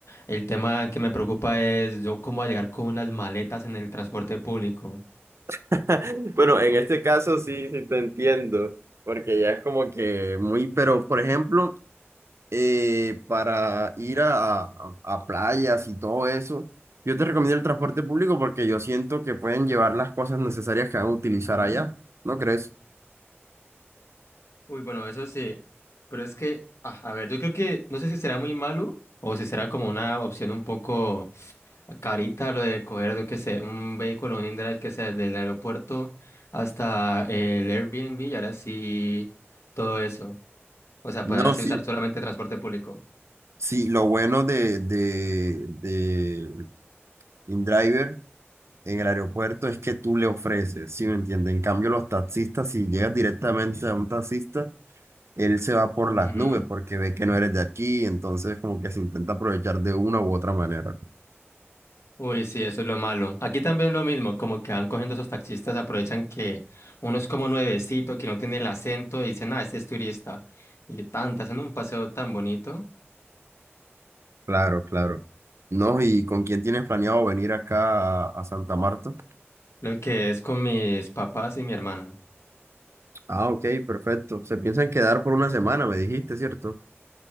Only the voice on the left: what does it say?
El tema que me preocupa es yo cómo voy a llegar con unas maletas en el transporte público.
Ujú.
Uy, bueno, eso sí, pero es que, ah, a ver, yo creo que no sé si será muy malo o si será como una opción un poco carita lo de coger, yo qué sé, un vehículo, un indrive que sea desde el aeropuerto hasta el Airbnb y ahora sí todo eso. O sea,
poder así
usar solamente transporte público.
Ujú.
Uy, sí, eso es lo malo. Aquí también lo mismo, como que van cogiendo esos taxistas, aprovechan que uno es como nuevecito, que no tiene el acento, y dicen, ah, este es turista. Y tanta hacen un paseo tan bonito,
lo que es con mis papás y mi hermana.